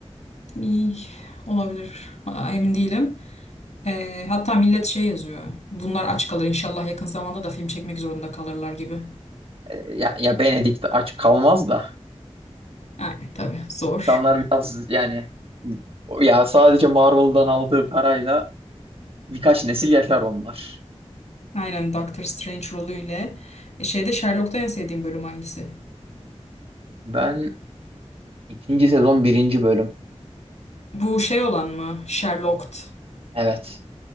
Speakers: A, on the left; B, on the right.
A: İyi, olabilir Ha, emin değilim. Ee, hatta millet şey yazıyor. Bunlar aç kalır inşallah yakın zamanda da film çekmek zorunda kalırlar gibi.
B: E, Ya, ya Benedict aç kalmaz da.
A: Yani tabii zor.
B: İnsanlar biraz yani ya sadece Marvel'dan aldığı parayla birkaç nesil yaşar onlar.
A: Aynen Doctor Strange rolüyle. E, Şeyde Sherlock'ta en sevdiğim bölüm hangisi?
B: Ben ikinci sezon birinci bölüm.
A: Bu şey olan mı? Sherlocked.
B: Evet.